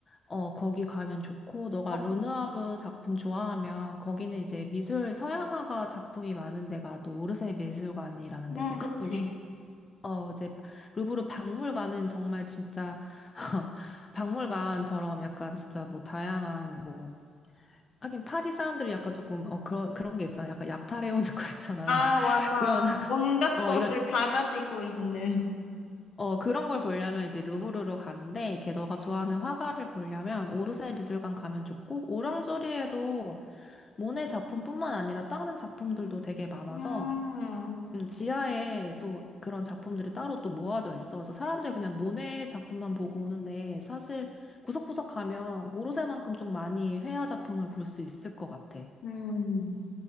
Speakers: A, on the left; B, on the left.
A: 어, 거기 가면 좋고 너가
B: 어,
A: 르누아르 작품 좋아하면 거기는 이제 미술 서양화가 작품이 많은 데가 또 오르세 미술관이라는
B: 음,
A: 데거든.
B: 그치.
A: 여긴 어, 이제 루브르 박물관은 정말 진짜 <laughs> 박물관처럼 약간 진짜 뭐 다양한 뭐 하긴 파리 사람들이 약간 조금 어 그런 그런 게 있잖아. 약간 약탈해 오는 거 있잖아.
B: 아,
A: <laughs>
B: 맞아.
A: 그런
B: 온갖
A: 어,
B: 것을
A: 이런,
B: 다 가지고 있는.
A: 어, 그런 걸 보려면 이제 루브르로 가는데, 이렇게 너가 좋아하는 화가를 보려면 오르세 미술관 가면 좋고, 오랑조리에도 모네 작품뿐만 아니라 다른 작품들도 되게 많아서,
B: 음,
A: 음, 지하에 또 그런 작품들이 따로 또 모아져 있어. 그래서 사람들 그냥 모네 작품만 보고 오는데, 사실 구석구석 가면 오르세만큼 좀 많이 회화 작품을 볼 수 있을 것 같아.
B: 음.